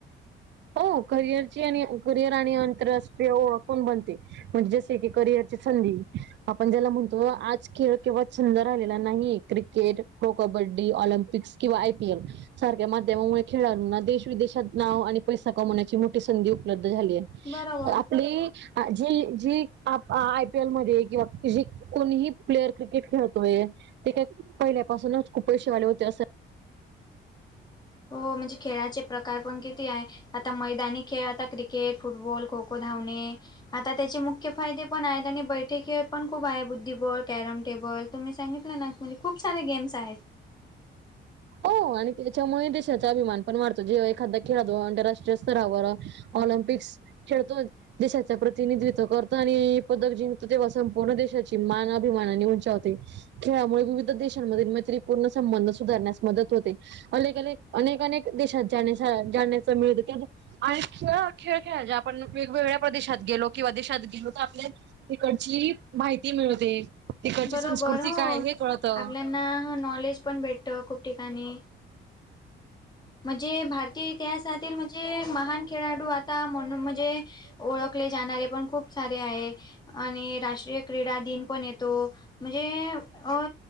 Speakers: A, on the right; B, on the left.
A: हो करिअरची आणि करिअर, आणि आंतरराष्ट्रीय ओळख पण बनते. म्हणजे जसे की करिअरची संधी, आपण ज्याला म्हणतो, आज खेळ केवळ छंद राहिलेला नाही. क्रिकेट, प्रो कबड्डी, ऑलिम्पिक्स, किंवा आयपीएल. सारख्या माध्यमामुळे खेळाडूना देश विदेशात नाव आणि पैसा कमवण्याची मोठी संधी उपलब्ध झाली आहे
B: बरोबर
A: आपली जी, जी आप आयपी एल मध्ये किंवा जी कोणीही प्लेयर क्रिकेट खेळतोय, ते काय पहिल्यापासूनच खूप पैसेेवाले होते असं
B: हो म्हणजे खेळाचे प्रकार पण किती आहे, आता मैदानी खेळ आता क्रिकेट फुटबॉल, खो खो, धावणे, आता त्याचे मुख्य फायदे पण आहेत आणि बैठकीय पण खूप आहे बुद्धिबळ, कॅरम, टेबल, तुम्ही सांगितलं ना म्हणजे खूप सारे गेम्स आहेत.
A: हो आणि त्याच्यामुळे देशाचा अभिमान पण वाढतो, जेवा एखादा खेळादु आंतरराष्ट्रीय स्तरावर ऑलिम्पिक्स खेळतो देशाच प्रतिनिधित्व करतो, आणि पदक जिंकतो, तेव्हा संपूर्ण देशाची मान अभिमानाने उंचावते. खेळामुळे विविध देशांमध्ये मैत्रीपूर्ण संबंध सुधारण्यास मदत होते. अलेक अलेक, अनेक अनेक, देशात जाण्यासा जाण्याचा मिळत त्यां आजच खेळ खेळ, खेळायच आपण वेगवेगळ्या प्रदेशात गेलो, किंवा देशात गेलो, त आपले. तिकडची माहिती मिळते. तिकडची
B: बरोबर
A: संस्कृती
B: हो,
A: काय हे कळतं.
B: आपल्याना नॉलेज पण भेटत खूप ठिकाणी. म्हणजे भारतीय इतिहासातील म्हणजे, महान खेळाडू, आता म्हनु म्हणजे ओळ खले जाणारे पण खूप सारे आहे, आणि राष्ट्रीय क्रीडा दिन पण येतो. म्हणजे अ